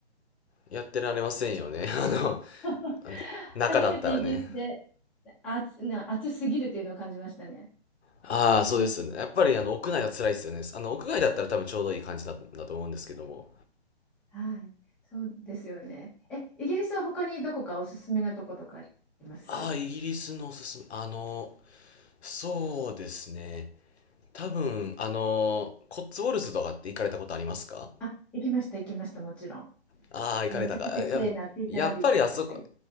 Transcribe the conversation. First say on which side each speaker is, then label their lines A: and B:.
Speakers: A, on the left (about 75°); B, in the centre.
A: やってられませんよね。<laughs> あの、
B: <laughs>
A: あの中だったらね。
B: 初めてイギリスで暑、な、暑すぎるというのを感じましたね。
A: ああ、そうですよね。
B: はい、
A: やっぱりあの、屋内は辛いですよね。あの、屋外だったら多分ちょうどいい感じだ、だと思うんですけども。
B: はい、そうですよね。え、イギリスは他にどこかおすすめなとことかあります
A: ああ、イギリスのおすすめ。あの、そうですね。多分、あの、コッツウォルズとかって行かれたことありますか
B: あ、行きました、行きました、もちろん。
A: ああ、行かれたか。
B: めちゃくちゃ綺麗なピーターラビットの世界。
A: や、やっぱりあそこ、